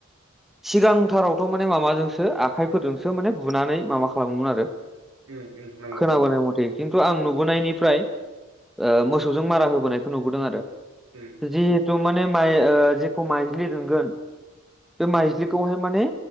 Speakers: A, in the centre; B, on the right (about 80°).
A: सिगांथारावथ' माने माबाजोंसो आखाइफोरजोंसो माने बुनानै माबा खालामोमोन आरो।
B: उम उम नंगौ
A: खोनाबोनाय
B: नंगौ
A: मथे खिन्थु आं नुबोनायनिफ्राय ओ मो सौजों मारा होबोनायखौ नुबोदों आरो।
B: उम।
A: जिहेथु माने माइ ओ जेखौ माइज्लि दोनगोन बे माइज्लिखौहाय
B: उम
A: माने